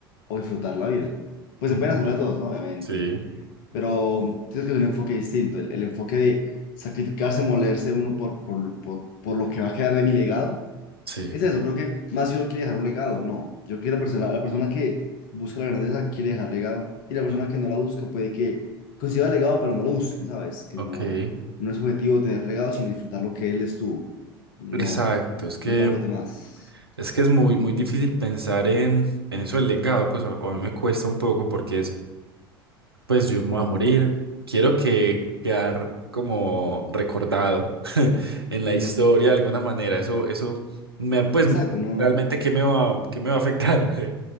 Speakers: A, on the left (about 55°); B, on the right (about 80°).
A: o disfrutar la vida. Pues
B: Ujú.
A: se pueden hacer las dos, ¿no? Obviamente,
B: Sí,
A: pero creo que es un enfoque distinto, el, el enfoque de sacrificarse, molerse uno por, por, por, por lo que va a quedar de mi legado
B: sí,
A: es eso, creo que más si uno quiere dejar un legado, no. Yo creo que la persona, la persona que busca la grandeza quiere dejar legado y la persona que no la busca puede que consiga legado, pero no lo busque, ¿sabes? Que
B: ok.
A: no, no es objetivo tener legado, sino disfrutar lo que él estuvo. No,
B: Exacto, es que...
A: no para los demás.
B: Es que es muy, muy difícil pensar en, en eso del legado, pues a, a mí me cuesta un poco porque es, pues yo me voy a morir, quiero que quedar como recordado <laughs> en
A: Ujú.
B: la historia de alguna manera, eso, eso me, pues
A: Exacto, no.
B: realmente qué me va, qué me va a afectar, <laughs> en